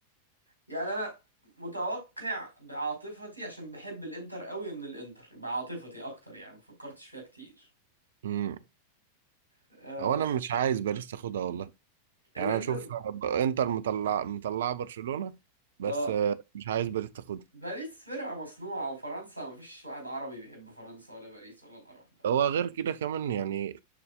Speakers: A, on the left; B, on the right.
A: يعني انا متوقع بعاطفتي عشان بحب الانتر قوي ان الانتر بعاطفتي اكتر يعني ما فكرتش فيها كتير
B: أمم،
A: آه
B: هو انا مش عايز باريس تاخدها والله يعني
A: الانتر
B: انا اشوف انتر مطلع مطلعة برشلونة بس
A: اه
B: آه، مش عايز باريس تاخدها
A: باريس فرقه مصنوعه وفرنسا ما فيش واحد عربي بيحب فرنسا ولا باريس ولا القرف ده
B: هو غير كده كمان يعني